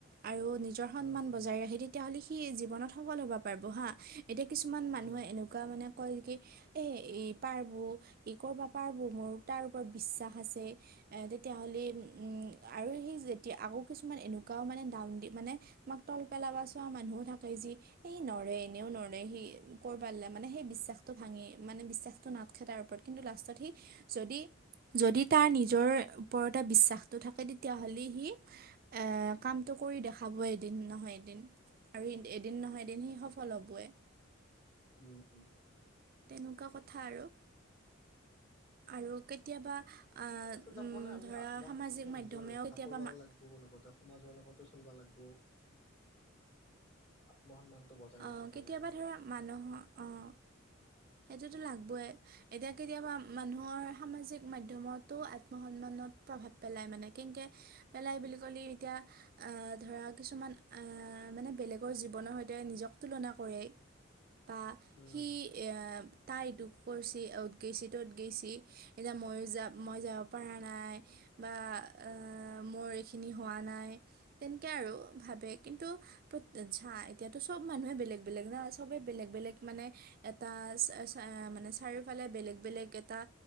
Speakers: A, on the right; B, on the left.
A: আৰু নিজৰ সন্মান
B: উম উম
A: বজাই ৰাখে হেৰি। তেতিয়াহ'লে সি জীৱনত সফল হ'বা পাৰবো হা, এতিয়া কিছুমান মানুহে
B: উম
A: এনেকুৱা মানে কয় কি? এ', ই পাৰবো, ই কৰবা পাৰবো, মোৰ তাৰ ওপৰত বিশ্বাস আছে। এ', তেতিয়াাহ'লে উম', আৰু সেই যেতিয়া আকৌ কিছুমান এনেকুৱাও মানে ডাউ দি মানে। তোমাক তল পেলাবা চোৱা মানুহো থাকে যি। সি নৰে এনেও নৰে সি ক'ৰ পালে মানে সেই বিশ্বাসটো ভাঙি। মানে বিশ্বাসটো নাটখে তাৰ ওপৰত কিন্তু লাষ্টত সি যদি। যদি তাৰ নিজৰ ওপৰতে বিশ্বাসটো থাকে তেতিয়াহ'লে সি। এ
B: <unintelligible>
A: কামটো কৰি দেখাবোই এদিন নহয় এদিন আৰু এ', -এদিন নহয় এদিন সি সফল হ'বই।
B: উম', -উম',।
A: তেনেকুৱা কথা আৰু, আৰু কেতিয়াবা। আহ,
B: থাকা টো তাৰমানে
A: উম,
B: আমি
A: ধৰা
B: আত্ম
A: সামাজিক
B: সন্মানটো
A: মাধ্যমেও
B: নিজৰ ৰক্ষা
A: কেতিয়াবা
B: কৰিব
A: মা-
B: লাগব। আৰু লগতে সমাজৰ লগতো চলবা লাগব। আত্ম সন্মানটো বজাই
A: অ'
B: ৰাখি ফালে।
A: কেতিয়াবা ধৰা মানুহৰ। অহ',। এইটোতো লাগবোই। এতিয়া কেতিয়াবা মানুহৰ সামাজিক মাধ্যময়তো আত্ম সন্মানত প্ৰভাৱ পেলাই মানে কেনকে। পেলাই বুলি ক'লি এতিয়া। অ', ধৰা কিছুমান অঅঅঅ', মানে বেলেগৰ জীৱনৰ সৈতে নিজক তুলনা কৰেই।
B: <unintelligible>
A: বা,
B: উম
A: সি। এ', -আ', তাই দুঃখ কৰছি অ'ত গৈছি ত'ত গৈছি, এতিয়া ময়ো যাম, মই যাওঁক। পাৰা নাই বা আআআ', মোৰ এইখিনি হোৱা নাই। তেনেকে আৰু ভাবে কিন্তু। প্ৰত্যেক ঝা এতিয়াতো চব মানুহে বেলেগ বেলেগ না চবে বেলেগ বেলেগ মানে। এটা চা-চা, অ', মানে চাৰিওফালে বেলেগ বেলেগ এটা